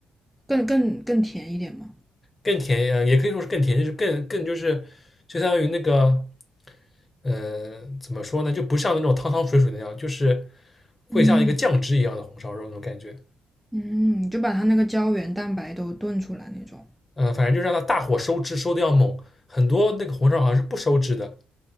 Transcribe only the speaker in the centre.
更更更甜一点嘛。
嗯嗯，就把它那个胶原蛋白都炖出来那种。